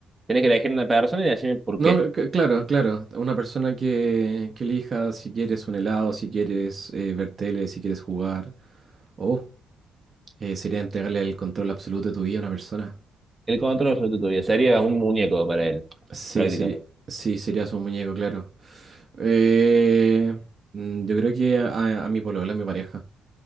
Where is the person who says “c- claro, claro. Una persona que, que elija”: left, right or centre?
Right